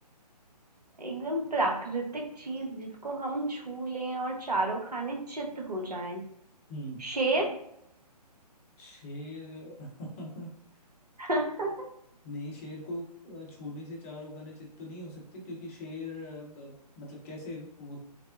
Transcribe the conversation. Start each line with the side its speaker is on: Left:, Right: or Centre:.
Right: <laughs> एकदम प्राकृतिक चीज जिसको हम छू लें और चारों खाने चित्त हो जाएं
Left: हम्म
Right: शेर
Left: शेर <laughs>
Right: <laughs>
Left: नहीं शेर को अ, छूने से चारों खाने चित तो नहीं हो सकते क्योंकि शेर अ, ब- मतलब कैसे वो अ,